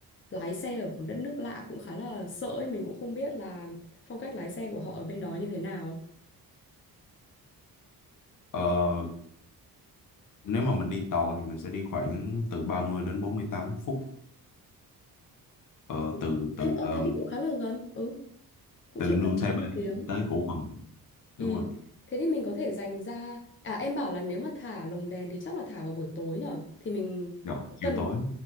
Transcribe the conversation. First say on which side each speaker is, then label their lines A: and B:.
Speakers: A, on the left (about 35°); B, on the left (about 60°).
A: lái xe ở một đất nước lạ cũng khá là sợ ấy, mình cũng không biết là phong cách lái xe của họ ở bên đó như thế nào.
B: Ờ, nếu mà mình đi tàu thì mình sẽ đi khoảng từ 30 đến bốn mươi tám phút ờ,
A: Ừ.
B: từ
A: Ê,
B: từ
A: ơ
B: ờ,
A: thế thì cũng khá là gần. Ừ, cũng
B: từ
A: chỉ
B: New
A: tầm
B: Taipei
A: dưới một tiếng.
B: tới Củ Phần
A: Ừ.
B: đúng rồi
A: Thế thì mình có thể dành ra à em bảo là nếu mà thả lồng đèn thì chắc là thả vào buổi tối nhở? Thì mình
B: rồi chiều
A: cần
B: tối